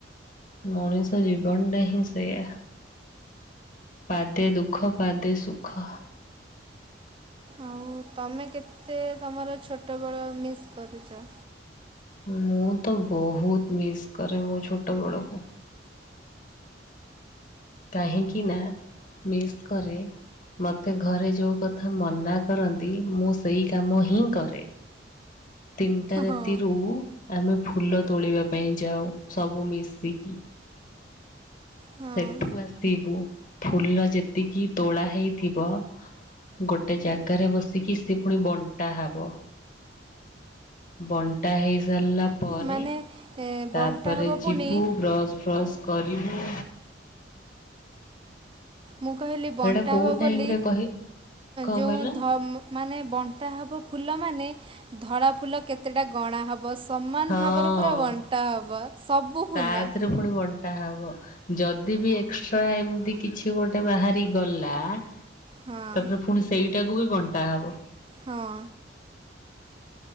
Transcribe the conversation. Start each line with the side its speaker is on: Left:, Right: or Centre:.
Left: ମଣିଷ ଜୀବନଟା ହିଁ ସେୟା। ପାଦେ ଦୁଃଖ ପାଦେ ସୁଖ।
Right: ଆଉ ତମେ କେତେ ତମର ଛୋଟବେଳ ମିସ୍ କରୁଚ?
Left: ମୁଁ ତ ବହୁତ ମିସ୍ କରେ ମୋ ଛୋଟବେଳକୁ। କାହିଁକିନା ମିସ୍ କରେ ମତେ ଘରେ ଯୋଉ କଥା ମନା କରନ୍ତି, ମୁଁ ସେଇ କାମ ହିଁ କରେ। ତିନଟା ରାତିରୁ
Right: ହଁ
Left: ଆମେ ଫୁଲ ତୋଳିବା ପାଇଁ ଯାଉ, ସବୁ ମିଶିକି।
Right: ହଁ
Left: ସେଠୁ ଆସିବୁ, ଫୁଲ ଯେତିକି ତୋଳା ହେଇଥିବ ଗୋଟେ ଜାଗାରେ ବସିକି ସେ ପୁଣି ବଣ୍ଟା ହବ। ବଣ୍ଟା ହେଇସାରିଲା ପରେ,
Right: ମାନେ ଏ, ବଣ୍ଟା
Left: ତାପରେ
Right: ହବ ପୁଣି
Left: ଯିବୁ ବ୍ରସ୍ ଫ୍ରସ୍ କରିବୁ
Right: ମୁଁ କହିଲି ବଣ୍ଟା
Left: ସେଇଟା କୋଉ
Right: ହବ ବୋଲି
Left: ଟାଇମରେ କହି କଣ
Right: ଯୋଉଁ
Left: କହିଲ?
Right: ଧ ମାନେ ବଣ୍ଟା ହବ ଫୁଲ ମାନେ ଧଳା ଫୁଲ କେତେଟା ଗଣା ହବ ସମାନ
Left: ହଁ
Right: ଭାବରେ ପୁରା ବଣ୍ଟା ହବ, ସବୁ
Left: ତା
Right: ଫୁଲ।
Left: ଦେହରେ ପୁଣି ବଣ୍ଟା ହବ ଯଦି ବି ଏକ୍ସଟ୍ରା ଏମତି କିଛି ଗୋଟେ ବାହାରି ଗଲା ତାପରେ
Right: ହଁ
Left: ପୁଣି ସେଇଟାକୁ ବି ବଣ୍ଟା ହବ।
Right: ହଁ।